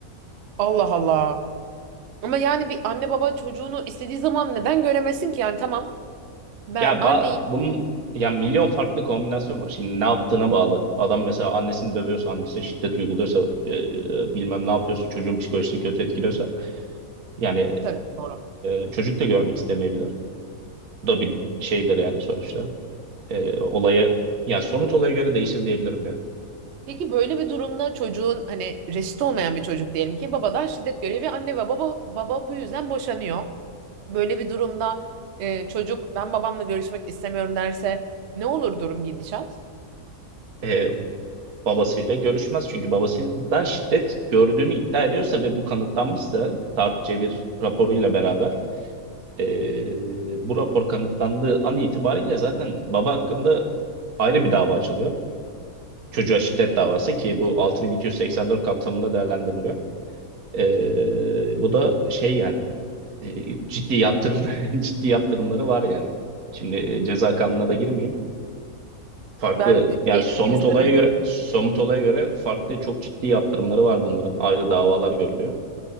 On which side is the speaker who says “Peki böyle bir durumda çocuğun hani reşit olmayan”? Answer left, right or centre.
Right